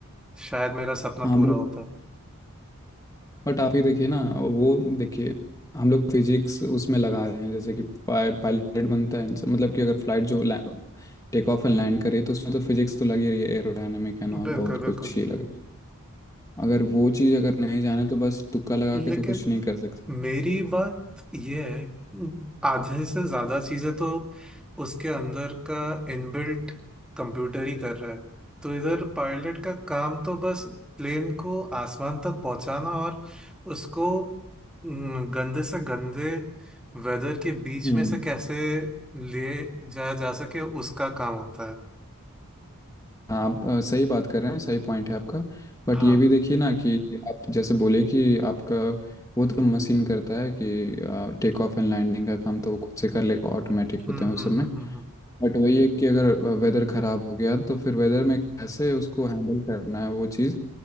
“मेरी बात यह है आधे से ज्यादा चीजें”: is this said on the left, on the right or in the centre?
Centre